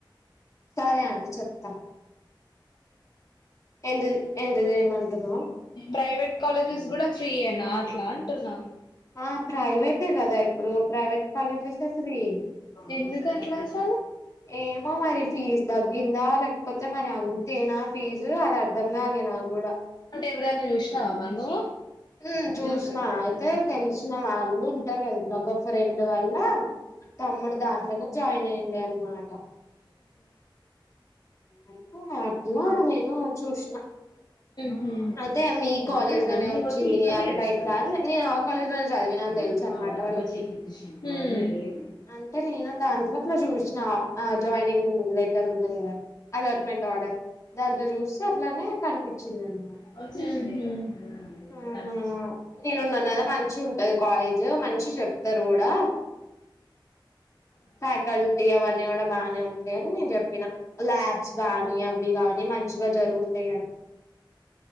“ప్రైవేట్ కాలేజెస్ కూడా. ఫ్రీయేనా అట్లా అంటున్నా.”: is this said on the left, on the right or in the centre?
Left